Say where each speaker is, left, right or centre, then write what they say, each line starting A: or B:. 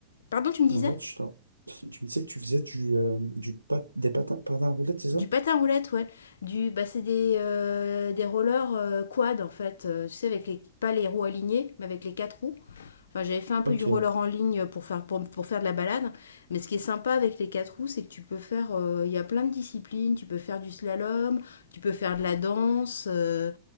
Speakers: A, on the left; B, on the right.
A: Pardon, tu me
B: Ouais,
A: disais?
B: tu, t'en- tu me disais que tu faisais du, euh, du pat- des patins, patins à roulettes, c'est ça?
A: Du patin à roulettes, ouais. Du, bah, c'est des, euh, des rollers euh, quad en fait. Euh, tu sais, avec les, pas les roues alignées, mais avec les quatre roues. Enfin, j'avais fait un peu
B: Ok.
A: du roller en ligne pour faire, pour, pour faire de la balade. Mais ce qui est sympa avec les quatre roues, c'est que tu peux faire. euh, Il y a plein de disciplines. Tu peux faire du slalom, tu peux faire de la danse. euh,